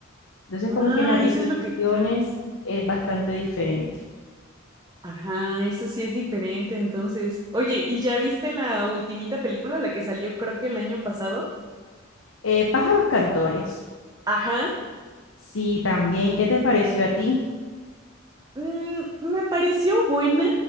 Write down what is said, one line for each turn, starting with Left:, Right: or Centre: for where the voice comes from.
Left: Entonces,
Right: Ah,
Left: como que en las
Right: eso
Left: divisiones
Right: es lo que cambia.
Left: es bastante diferente.
Right: Ajá, eso sí es diferente, entonces. Oye, ¿y ya viste la ultimita película, la que salió creo que el año pasado?
Left: Eh, pájaros cantores.
Right: Ajá.
Left: Sí, también. ¿Qué te pareció a ti?
Right: Mm, me pareció buena,